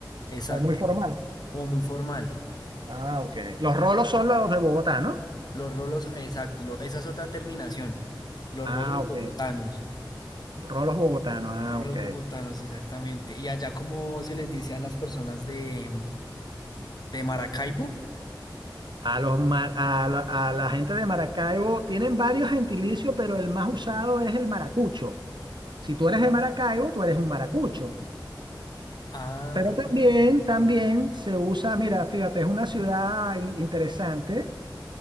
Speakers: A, on the left (about 55°); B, on the right (about 70°).
A: Exacto,
B: o muy formal.
A: como muy formal.
B: Ah, ok. Los rolos son los de Bogotá, ¿no?
A: Los rolos, exacto, lo- esa es otra terminación. Los
B: Ah,
A: rolos
B: ok.
A: bogotanos.
B: Rolos bogotanos, ah,
A: Rolos
B: ok.
A: bogotanos, exactamente. ¿Y allá cómo se les dice a las personas de, de Maracaibo?
B: A los mar- a, la a la gente de Maracaibo tienen varios gentilicios, pero el más usado es el maracucho. Si tú eres de Maracaibo, tú eres un maracucho.
A: Ah,
B: Pero también,
A: ok.
B: también se usa, mira, fíjate, es una ciudad in- interesante.